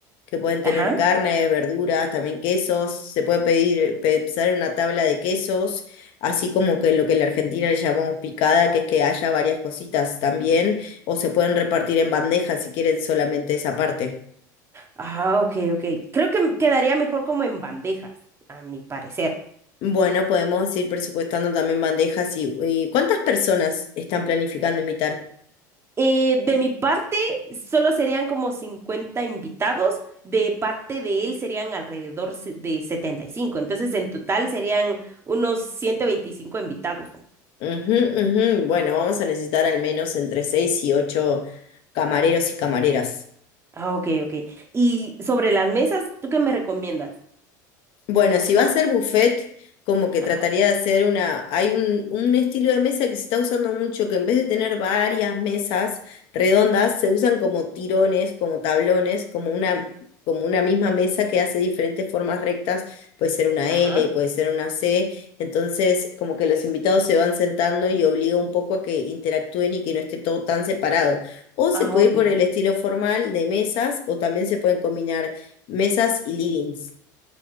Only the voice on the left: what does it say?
que pueden
tener carne, verduras, también quesos. Se puede pedir, pensar en una tabla de quesos, así como que lo que en la Argentina le llamamos picada, que es que haya varias cositas también, o se pueden repartir en bandejas si quieren solamente esa parte.
Bueno, podemos ir presupuestando también bandejas y, y ¿cuántas personas están planificando invitar?
Ujú, ujú. Bueno, vamos a necesitar al menos entre seis y ocho camareros y camareras.
Bueno, si
va a ser buffet, como que
trataría de hacer una, hay un, un estilo de mesa que se está usando mucho, que en vez de tener varias mesas redondas, se usan como tirones, como tablones, como una, como una misma mesa que hace diferentes formas rectas, puede ser una
L, puede ser una C, entonces como que los invitados se van sentando y obliga un poco a que interactúen y que no esté todo tan separado. O se
puede
ir por el estilo formal de mesas, o también se pueden combinar mesas y livings.